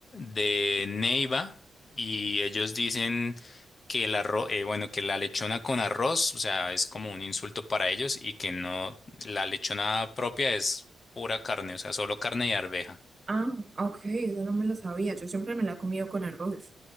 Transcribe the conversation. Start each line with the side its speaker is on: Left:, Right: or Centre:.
Left: de Neiva y ellos dicen que el arroz, eh, bueno, que la lechona con arroz, o sea, es como un insulto para ellos y que no, la lechona propia es pura carne, o sea, solo carne y arveja.
Right: Ah, ok, esa no me la sabía, yo siempre me la he comido con arroz.